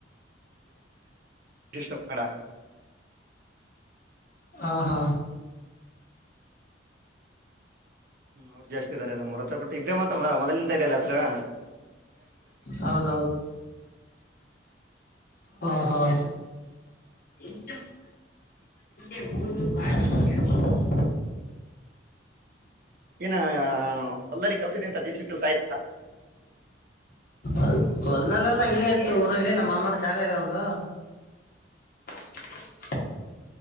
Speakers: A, on the right; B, on the left.
A: ವಿಶಿಷ್ಟ ಪಡ.
B: ಹಾ ಹಾ.
A: ಹ್ಮ್ ಅವ್ರು ಜಾಸ್ತ ಇದಾರೆ ನಮ್ೂರು ಹತ್ತ ಬಟ್ಟ ಇಬ್ ಮತ್ತ ಮೊದಲಂತ ಇದಲ್ಲ ಹೆಸರ.
B: ಹೌದೌದು ಹಾ ಹಾ ವಿ ಎಲ್ಲಿ ಎಲ್ಲ ಮೂಷ. <inaudible>
A: ಏನ ಹೊಲ್ಲಲ್ಲಿ ಕೆಲ್ಸ ಇ ಅಂತ ಜೆಸ ಕೆಲ್ಸ ಆಯ್ತಾ.
B: ಅಲ್ ಹೊಲ್ದಲ್ಲಲ್ಲ ಇಲ್ಲೇ ಇತ್ತು ಊರಲ್ಲಿ ನಮ್ಮಮಾರ್ ಜಾಗ ಇದೆ ಒಂದು. <inaudible>